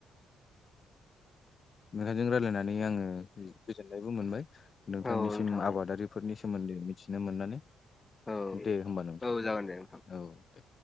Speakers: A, on the left (about 35°); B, on the left (about 20°).
A: मेखाइजों रायजलायनानै आङो गोजोननायबो मोनबाय नोंथांनिसिम
B: औ नोंथां
A: आबादारिफोरनि सोमोन्दै मिथिनो मोननानै
B: औ
A: दे होमबा नोंथां
B: औ जागोन दे नोंथां
A: औ दे